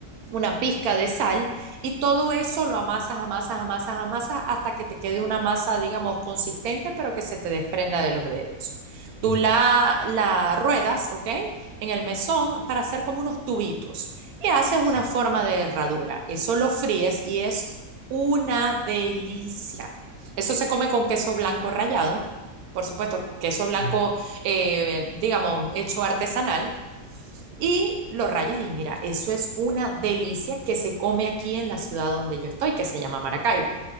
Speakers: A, on the right; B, on the left.
A: una pizca de sal y todo eso lo amasas, amasas, amasas, amasas hasta que te quede una masa, digamos, consistente, pero que se te desprenda de los dedos.
B: mhm,
A: Tú la, la ruedas, ¿ok? En el mesón para hacer como unos tubitos y haces una
B: sí,
A: forma de herradura. Eso lo fríes y es una delicia. Eso se come con queso blanco rallado, por supuesto, queso blanco,
B: mhm,
A: eh, digamos, hecho artesanal y lo rayas y mira, eso es una delicia que se come aquí en la ciudad donde yo estoy, que se llama Maracaibo.